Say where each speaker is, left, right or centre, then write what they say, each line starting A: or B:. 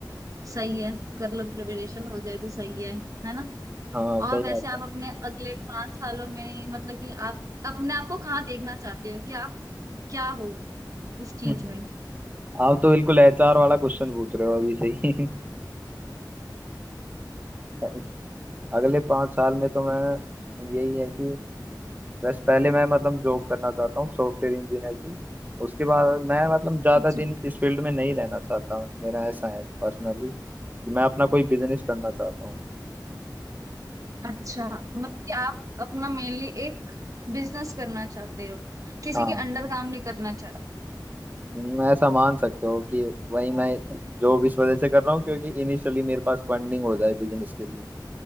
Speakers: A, on the right; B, on the right.
A: सही है कर लो प्रिपरेशन हो जाए तो सही है है ना
B: हाँ सही
A: और वैसे
B: बात
A: आप
B: है
A: अपने अगले पांच सालों में मतलब कि आप अपने आप को कहाँ देखना चाहते हो कि आप क्या हो उस चीज
B: हम्म,
A: में
B: आप तो बिल्कुल एचआर वाला क्वेश्चन पूछ रहे हो अभी सही <laughs> अगले पाँच साल में तो मैं यही है कि बस पहले मैं मतलब जॉब करना चाहता हूँ सॉफ्टवेयर इंजीनियर की उसके बाद मैं मतलब ज़्यादा
A: अच्छा
B: दिन इस फील्ड में नहीं रहना चाहता हूँ मेरा ऐसा है पर्सनली कि मैं अपना कोई बिजनेस करना चाहता हूँ
A: अच्छा मतलब कि आप अपना मेनली एक बिजनेस करना चाहते हो किसी
B: हाँ
A: के अंडर काम नहीं करना चाहते
B: हम्म, ऐसा मान सकते हो कि वही मैं जॉब इस वजह से कर रहा हूँ क्योंकि
A: हो
B: इनिशियली मेरे पास फंडिंग हो जाए बिजनेस के लिए